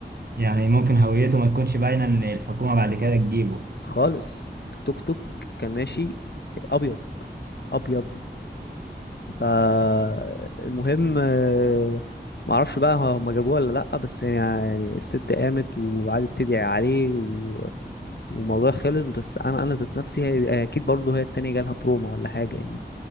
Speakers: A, on the right (about 60°); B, on the left (about 65°).
A: يعني ممكن هويته ما تكونش باينه ان الحكومه بعد كده تجيبه
B: خالص التوك توك كان ماشي ابيض ابيض فالمهم آه، معرفش بقى هما جابوه ولا لأ بس يعني يعني الست قامت وقعدت تدعي عليه و... والموضوع خلص بس أنا أنا ذات نفسي هي أكيد برضه هي التانية جالها تروما ولا حاجة يعني